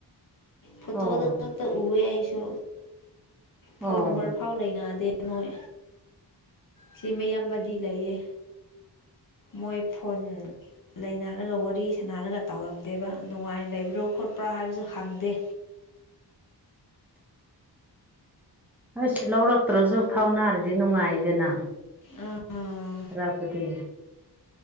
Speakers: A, on the left (about 50°); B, in the centre.
A: ꯐꯣꯇꯣꯗ
B: ꯑꯣ
A: ꯇ ꯎꯑꯦ ꯑꯩꯁꯨ
B: ꯑꯣ
A: ꯐꯣꯟ ꯅꯝꯕꯔ ꯐꯥꯎ ꯂꯩꯅꯗꯦ ꯅꯣꯏ꯫ ꯁꯤ ꯃꯌꯥꯝꯕꯗꯤ ꯂꯩꯌꯦ ꯃꯣꯏ ꯐꯣꯟ ꯂꯩꯅꯥꯔꯒ ꯋꯥꯔꯤ ꯁꯥꯟꯅꯔꯒ ꯇꯧꯔꯝꯗꯦꯕ ꯅꯨꯡꯉꯥꯏꯅ ꯂꯩꯕ꯭ꯔꯣ ꯈꯣꯠꯄ꯭ꯔꯥ ꯍꯥꯏꯕꯁꯨ ꯍꯪꯗꯦ꯫
B: ꯑꯗꯣꯏꯁꯨ ꯂꯧꯔꯛꯇ꯭ꯔꯁꯨ ꯐꯥꯎꯅꯔꯗꯤ ꯅꯨꯡꯉꯥꯏꯗꯅ꯫
A: ꯑꯥ꯫
B: ꯑꯔꯥꯞꯄꯗꯤ꯫